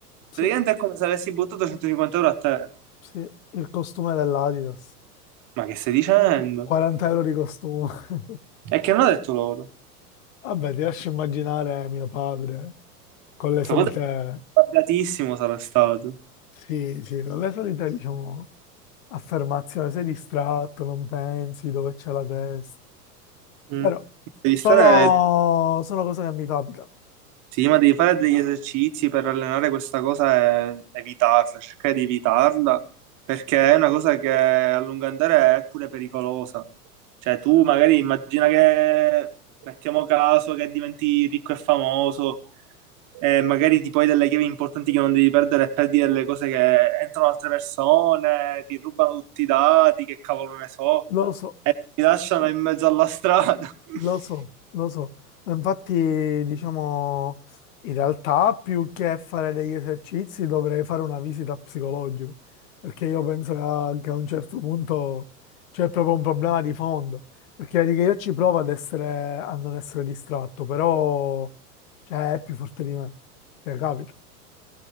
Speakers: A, on the left; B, on the right.
A: Sì,
B: Praticamente è come se avessi buttato 150 euro a te.
A: sì, il costume dell'Adidas,
B: Ma che stai dicendo?
A: 40 euro di costume. <laughs>
B: E che non ho detto loro.
A: Vabbè, ti lascio immaginare eh, mio padre. con le
B: Tuo
A: solite,
B: padre è arrabbiatissimo sarà stato.
A: sì, sì, con le solite, diciamo, affermazioni, sei distratto, non pensi dove c'è la testa.
B: Mm.
A: Però
B: Devi stare
A: sono, sono cose che mi capitano,
B: Sì, ma devi fare degli esercizi per allenare questa cosa e evitarla, cercare di evitarla, perché è una cosa che a lungo andare è pure pericolosa. Cioè, tu magari immagina che, mettiamo caso, che diventi ricco e famoso, e magari ti puoi delle chiavi importanti che non devi perdere e perdi delle cose che entrano altre persone, ti rubano tutti i dati, che cavolo ne so,
A: lo so,
B: ti lasciano in mezzo alla strada. <laughs>
A: Lo so, lo so, ma infatti diciamo in realtà più che fare degli esercizi dovrei fare una visita psicologica, perché io penso che a che a un certo punto c'è proprio un problema di fondo, perché vedi che io ci provo ad essere, a non essere distratto, però cioè, è più forte di me, cioè capita.